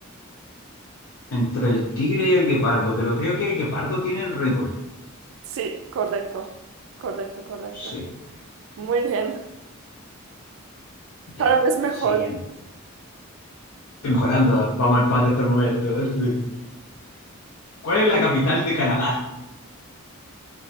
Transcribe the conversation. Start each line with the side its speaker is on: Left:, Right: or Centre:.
Left: Entre el tigre y el guepardo, pero creo que el guepardo tiene el récord.
Right: Sí, correcto, correcto, correcto.
Left: Sí,
Right: Muy bien,
Left: ya.
Right: cada vez mejor.
Left: Siguiente. Estoy Mejorando, vamos a empate hasta el momento. <laughs> ¿Cuál es la capital de Canadá?